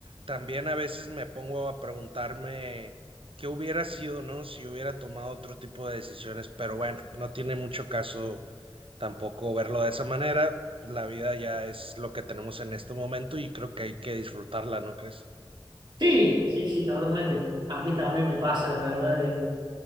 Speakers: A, on the right; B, on the right.
A: también a veces me pongo a preguntarme qué hubiera sido, ¿no? Si hubiera tomado otro tipo de decisiones, pero bueno, no tiene mucho caso tampoco verlo de esa manera. La vida ya es lo que tenemos en este momento y creo que hay que disfrutarla, ¿no crees?
B: Sí, sí, sí, totalmente. A mí también me pasa, la verdad, de,